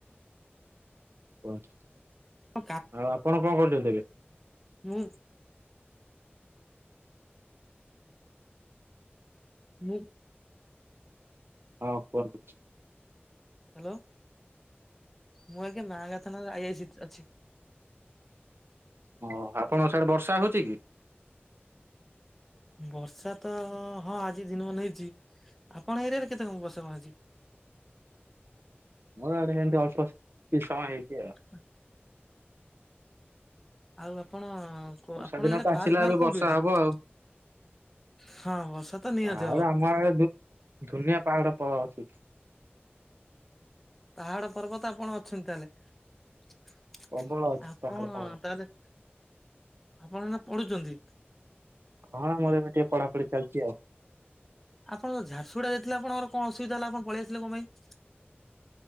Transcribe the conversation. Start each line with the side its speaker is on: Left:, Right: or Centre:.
Right: କୁଅନ୍ତୁ,
Centre: ମୋ
Right: ଆଉ ଆପଣ କଣ କରୁଚନ୍ତି ଏବେ?
Centre: ହୁଁ। ହୁଁ।
Right: ହଁ କୁଅନ୍ତୁ।
Centre: ହ୍ୟାଲୋ, ମୁଁ ଆଜ୍ଞା ମା, ଗାଥାନାରେ ଆଇଆଇସି ଅଛି।
Right: ହଁ ଆପଣଙ୍କ ସିଆଡ଼େ ବର୍ଷା ହଉଚି କି?
Centre: ବର୍ଷା ତ ହଁ ଆଜି ଦିନ ମାନ ହେଇଚି। ଆପଣ ଏରିଆ ରେ କେତେ କଣ ବର୍ଷା କଣ ଅଚି?
Right: ମୋର ଆଡ଼େ ସେମତି ଅଳ୍ପ କିଛି ସମୟ ହେଇଚି ଆଉ।
Centre: <inaudible> ଆଉ ଆପଣ ଆପଣଙ୍କ
Right: ବର୍ଷା ଦିନ
Centre: ଏଇଡ଼େ
Right: ତ
Centre: ପାର୍କ୍
Right: ଆସିଲା
Centre: ଫାର୍କ୍
Right: ଏବେ
Centre: କୋଉଁଠି
Right: ବର୍ଷା
Centre: ଅଛି?
Right: ହବ ଆଉ।
Centre: ହଁ ବର୍ଷା ତ ନିହାତି
Right: ପାହାଡ
Centre: ହବ।
Right: ଆମ ଆଡେ ଧୁ ଧୁନିଆ ପାହାଡ଼ ପ ଅଛି।
Centre: ପାହାଡ଼ ପର୍ବତ ଆପଣ ଅଛନ୍ତି ତାହେଲେ
Right: ପ୍ରବଳ ଅଛି
Centre: ଆପଣ
Right: ପାହାଡ ପର୍ବତ।
Centre: ତାହେଲେ ଆପଣମାନେ ପଢ଼ୁଛନ୍ତି?
Right: ହଁ, ମୋର ଏବେ ଟିକେ ପଢ଼ାପଢ଼ି ଚାଲିଚି ଆଉ।
Centre: ଆପଣତ ଝାରସୁଗୁଡ଼ା ଜାଇଥିଲେ। ଆଣଙ୍କର କଣ ଅସୁବିଧା ହେଲା? ଆପଣ ପଳେଇ ଆସିଲେ କଣ ପାଇଁ?